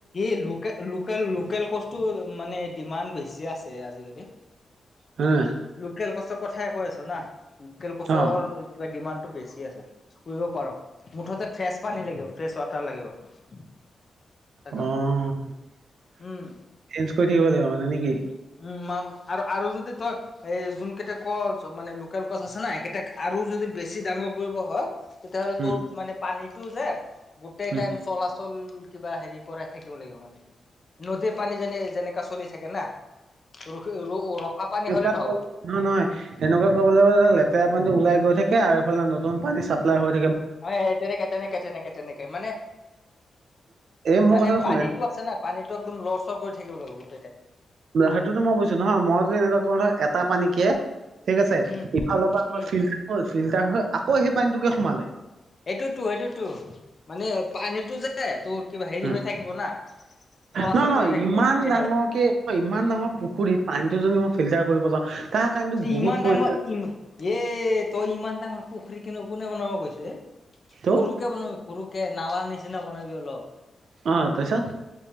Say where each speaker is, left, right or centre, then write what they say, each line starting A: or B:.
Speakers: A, on the left; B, on the right.
A: এই লোকে -লোকেল -লোকেল কষ্টুৰ মানে ডিমাণ্ড বেছি আছে। আজিকালি।
B: হম।
A: লোকেল কছৰ কথাই কৈ আছ না। লোকেল কছৰ
B: অ
A: কিবা ডিমাণ্ডটো বেছি। আছে। কৰিব পাৰ'। মুঠতে ফ্ৰেছ পানী লাগিব। ফ্ৰেছ ৱাটাৰ লাগিব। সেইকাৰণে
B: অ'হ। চেঞ্জ
A: উম
B: কৰি থাকিব লাগিব। মানে নে কি?
A: উম। আৰু- আৰু যদি তই এ যোন কেইটা কছ মানে লোকেল কছ আছে না সেইকেইটাক আৰু যদি বেছি ডাঙৰ কৰিব হয়, তেতিয়াহ'লে
B: উম
A: তোৰ মানে পানীটো যে গোটেই
B: উম
A: টাইম চলাচল কিবা হেৰি কৰাই থাকিব লাগিব মানে। নদীৰ পানী যেনে যেনেকা চলি থাকে না। ৰখি ৰ ৰখা পানী
B: এনেক
A: হ'লে
B: নহয়-
A: নহ'ব।
B: নহয়। অং এনেকুৱা কৰিব লাগিব যাতে। লেতেৰা পানীটো ওলাই গৈ থাকে, আৰু ফালে নতুন পানী চাপ্লাই হৈ থা
A: অ'হ। তেনেকে -তেনেকে- তেনেকে- তেনেকে মানে
B: এই মোৰ
A: মানে
B: কথাটো
A: পানীতটো
B: শুনে
A: আছে না। পানীটো একদম লৰচৰ কৰি থাকিব লাগিব বহুত।
B: সেইটোতো মই বুজিছো। নহয়। মই যে এনেকুৱা কওঁ নহয়। টা পানী কে। ঠিক আছে।
A: উম,
B: ইফালৰ পৰা আকৌ
A: উম,
B: ফিল্টাৰ হল। ফিল্টাৰ হৈ আকৌ সেই পানীটোকে সোমালে।
A: এইটোতো -এইটোতো। মানে পানীটো যে তোৰ কিবা হেৰি
B: হ
A: হৈ থাকিব না। চলাচল
B: নহয়। নহয়।
A: কৰি থাকিব
B: ইমান
A: তেতিয়াহে
B: ডাঙৰ কে- ইমান ডাঙৰ পুখুৰীত, পানীটো যদি মই ফিল্টাৰ কৰিব যাওঁ, তাৰ কাৰণেতো বহুত
A: ইমান
B: পইচা
A: ডাঙৰ। ইম- এ- তই ইমান ডাঙৰ পুখুৰী কোন- কোনে বনাব কৈছে?
B: ত'
A: সৰুকে বনাবি। সৰুকে। নালা নিচিনা বনাবি অলপ।
B: অ তাৰপিছত